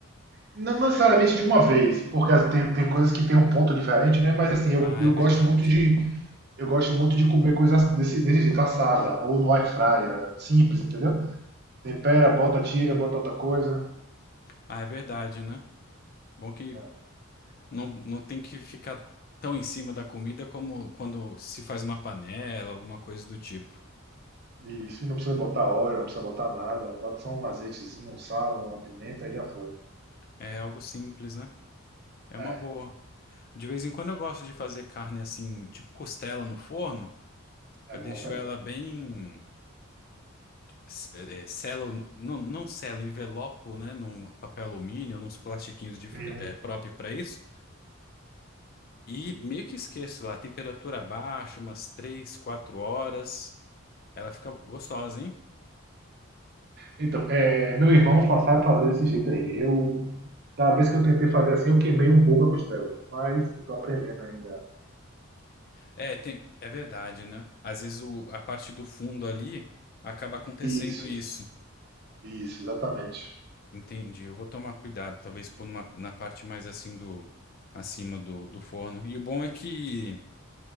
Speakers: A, on the right; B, on the left.
A: Não necessariamente de uma vez, porque as- tem, tem coisas que tem um ponto diferente, né? Mas assim, eu,
B: Ah,
A: eu
B: é verdade.
A: gosto muito de eu gosto muito de comer coisas desse, desse jeito, assada, ou no air fryer, simples, entendeu? Tempera, bota, tira, bota outra coisa.
B: Ah, é verdade, né? Bom que
A: é,
B: não, não tem que ficar tão em cima da comida como quando se faz uma panela, alguma coisa do tipo.
A: Isso, e não precisa botar óleo, não precisa botar nada. Bota só um azeitezinho, um sal, uma pimenta e já foi.
B: É algo simples, né? É
A: É,
B: uma boa. De vez em quando eu gosto de fazer carne assim, tipo costela no forno.
A: é
B: Eu
A: bom
B: deixo
A: também.
B: ela bem. s- eh, eh, selo, não, não selo, envelopo, né? Num papel alumínio, nos plastiquinhos dif-
A: Sim.
B: eh, próprio para isso. E meio que esqueço lá, temperatura baixa, umas 3 4 horas. Ela fica gostosa, hein?
A: Então, é, meu irmão fa- sabe fazer desse jeito aí. Eu, da vez que eu tentei fazer assim, eu queimei um pouco a costela, mas eu tô aprendendo ainda
B: É, tem, é verdade, né? Às vezes o, a parte do fundo ali acaba acontecendo
A: Isso,
B: isso.
A: isso, exatamente.
B: Entendi. Eu vou tomar cuidado, talvez pôr numa, na parte mais assim do acima do, do forno. E o bom é que